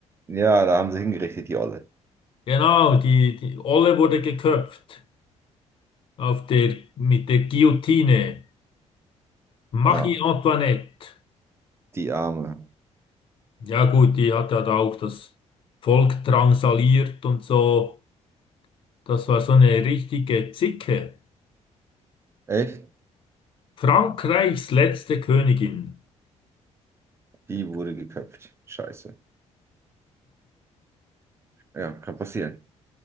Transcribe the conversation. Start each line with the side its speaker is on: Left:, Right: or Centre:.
Right: Ja, da haben sie hingerichtet, die Olle.
Left: Genau, die, die Olle wurde geköpft. Auf der, mit der Guillotine. Marie
Right: Ah,
Left: Antoinette.
Right: die Arme.
Left: Ja gut, die hat ja da auch das Volk drangsaliert und so. Das war so eine richtige Zicke.
Right: Echt?
Left: Frankreichs letzte Königin.
Right: Die wurde geköpft. Scheiße. Ja, kann passieren.